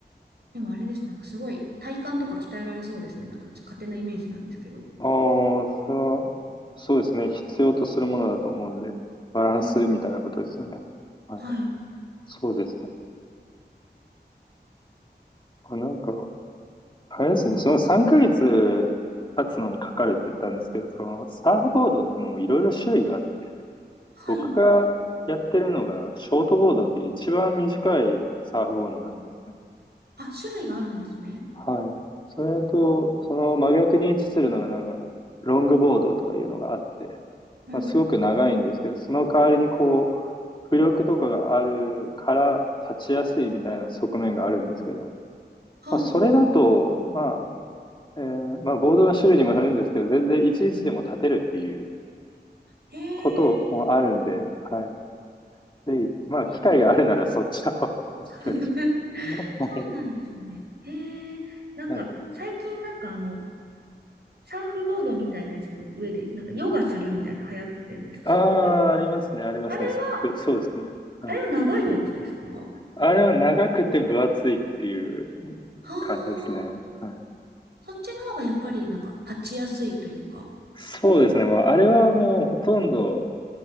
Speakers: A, on the right (about 65°); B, on the left (about 25°).
A: でもあれです。なんかすごい体幹とか鍛えられそうですね。なんかちょ勝手なイメージなんですけど。
B: あー、そう、そうですね。必要とするものだと思うんで、バランスみたいなことですよね。
A: うんうんうん。
B: はい。
A: はい。
B: そうですね。あ、なんか、あれですね。その3ヶ月経つのにかかるって言ったんですけど、そのサーフボードっていうのもいろいろ種類があって、
A: はい。
B: 僕がやってるのがショートボードっていう一番短いサーフボードなんですね。
A: あ、種類があるんですね。
B: はい。それと、その真逆に位置するのが、なんか、ロングボードとかいうのがあって、
A: うんうん。
B: まあ、すごく長いんですけど、その代わりにこう、浮力とかがあるから立ちやすいみたいな側面があるんですけど、
A: はあはあはあ。
B: まあ、それだと、まあ、えーまあ、ボードの種類にもよるんですけど、全然いちいちでも立てるっていう
A: へ
B: こともあるんで、
A: え。
B: はい。で、まあ、
A: そういうのがある。
B: 機会があるならそっちを <laughs> お勧めし
A: <laughs>
B: ます。はい。
A: そうなんですね。へえ。なんか最近なんかあの、
B: はい。
A: サーフボードみたいなやつの上で、なんかヨガするみたいな流行ってるんですかサップ
B: ああ、ありますね、ありますね、
A: あれは、
B: サップ。そうですね。はい
A: あれは長いやつですかは
B: あれは長くて分厚いっていう
A: あ。
B: 感じですね。はい。
A: そっちの方がやっぱりなんか立ちやすいというか。
B: そうですね。もうあれはもうほとんど、